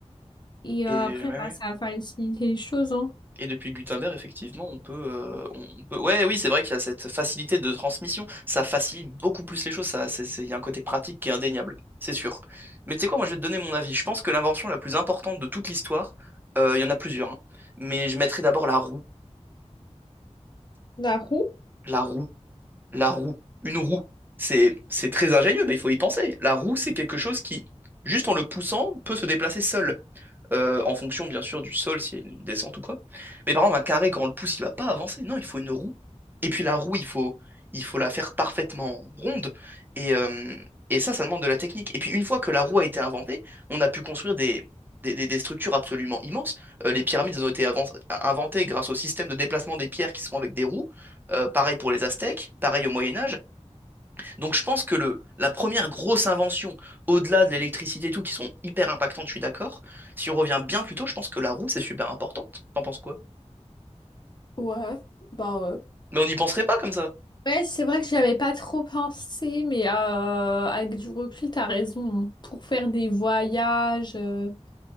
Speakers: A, on the left; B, on the right.
A: Et
B: Et
A: euh, après,
B: ouais,
A: bah,
B: ouais.
A: ça a facilité les choses, hein.
B: Et depuis Gutenberg, effectivement, on peut, euh, on on peut... Ouais, oui, c'est vrai qu'il y a cette facilité de transmission. Ça facilite beaucoup plus les choses. Ça, c'est, c'est- Il y a un côté pratique qui est indéniable, c'est sûr. Mais tu sais quoi, moi, je vais te donner mon avis. Je pense que l'invention la plus importante de toute l'histoire, euh, il y en a plusieurs, hein. Mais je mettrai d'abord la roue.
A: La roue?
B: La roue. La roue, une roue, c'est c'est très ingénieux, mais il faut y penser. La roue, c'est quelque chose qui, juste en le poussant, peut se déplacer seul. Euh, en fonction, bien sûr, du sol, s'il y a une descente ou quoi. Mais par exemple, un carré, quand on le pousse, il va pas avancer. Non, il faut une roue. Et puis la roue, il faut, il faut la faire parfaitement ronde. Et, euh, et ça, ça demande de la technique. Et puis une fois que la roue a été inventée, on a pu construire des, des, des- des structures absolument immenses. Euh, les pyramides elles ont été avan- inventées grâce au système de déplacement des pierres qui sont avec des roues. Euh, pareil pour les Aztèques, pareil au Moyen Âge. Donc je pense que le, la première grosse invention, au-delà de l'électricité et tout, qui sont hyper impactantes, je suis d'accord. Si on revient bien plus tôt, je pense que la roue, c'est super importante. T'en penses quoi?
A: Ouais, bah ouais.
B: Mais on n'y penserait pas comme ça.
A: Ouais, c'est vrai que j'avais pas trop pensé, mais euh, avec du recul, t'as raison. hein. Pour faire des voyages, euh,